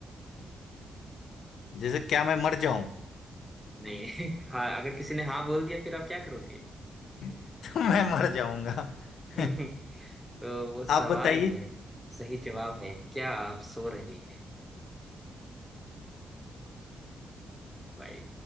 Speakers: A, on the left; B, in the centre.
A: जैसे क्या मैं मर जाऊं
B: नहीं <laughs> हाँ अगर किसी ने हाँ बोल दिया फिर आप क्या करोगे
A: <laughs> तो मैं मर जाऊंगा
B: <laughs>
A: <laughs>
B: तो वो सवाल
A: आप बताइए
B: है सही जवाब है क्या आप सो रहे हैं भाई